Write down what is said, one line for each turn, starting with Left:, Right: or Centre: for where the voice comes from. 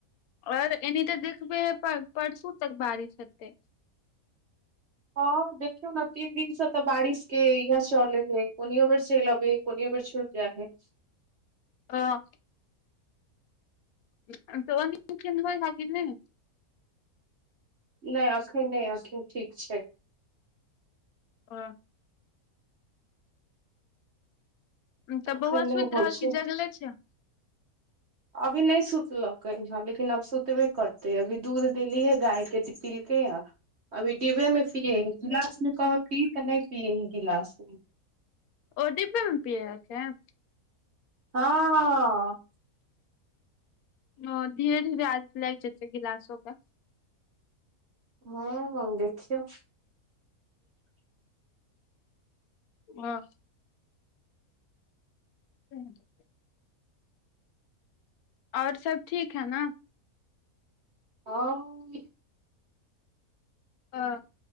Left: ओर एने तऽ देखबे है पर परसू तक बारिश हेतै
Right: हँ देखियौ ने तीन दिनसँ तऽ बारिश के इहै चलै है कोनियो बेर चैल आबे <unintelligible>
Left: <unintelligible> <unintelligible> नहि
Right: नहि एखन नहि अखैन ठीक छैय
Left: ओ तऽ
Right: अखन
Left: बौआ
Right: नहि
Left: सुइत
Right: होइ
Left: रहल
Right: छै
Left: कि जगले छैय
Right: अभी नहि सुतलकै हन लेकिन अब सुतबे करते अभी दूध देलीये गाय के तऽ पीलके हन अभी डिब्बे में पियए है गिलास मे कहब पी तऽ नहि पियए है गिलास मे
Left: ओ डिब्बे मे पियै यऽ अखेन
Right: हँ
Left: ओ धीरे धीरे आदत लायग जतै गिलासो क
Right: हँ देखियो
Left: हँ <unintelligible> और सब ठीक है ना
Right: हँ
Left: हँ